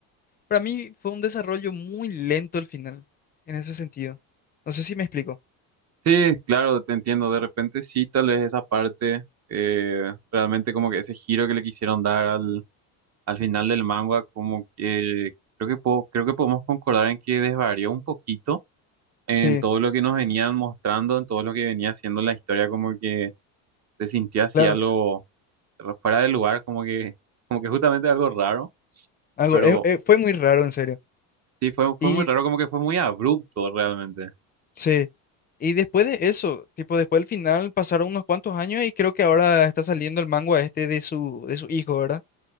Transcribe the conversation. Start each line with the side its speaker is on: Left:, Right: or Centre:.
Left: para mí fue un desarrollo muy lento el final, en ese sentido. No sé si me explico.
Right: Sí, claro, te entiendo. De repente sí, tal vez esa parte, eh, realmente como que ese giro que le quisieron dar al al final del manga, como que creo que po- creo que podemos concordar en que desvarió un poquito en
Left: Sí,
Right: todo lo que nos venían mostrando, en todo lo que venía haciendo la historia, como que se sintió así
Left: claro.
Right: algo
Left: Ya,
Right: fuera de lugar, como que, como que justamente algo raro,
Left: Algo,
Right: pero
Left: eh, eh, fue muy raro, en serio.
Right: sí fue, fue
Left: Sí,
Right: muy raro,
Left: Y
Right: como que fue muy abrupto realmente.
Left: sí, y después de eso, tipo, después del final pasaron unos cuantos años y creo que ahora está saliendo el manga este de su, de su hijo, ¿verdad?